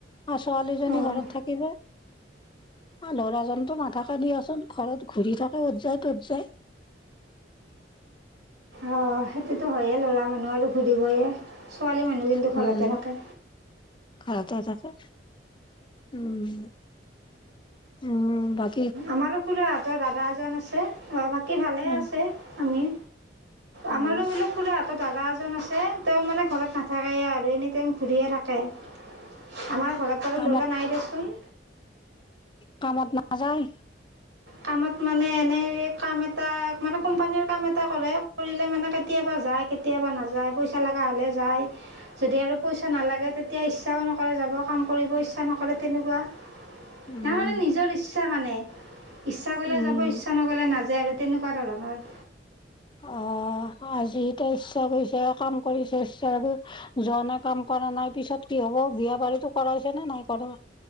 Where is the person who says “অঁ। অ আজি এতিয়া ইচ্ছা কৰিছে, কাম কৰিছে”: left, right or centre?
Left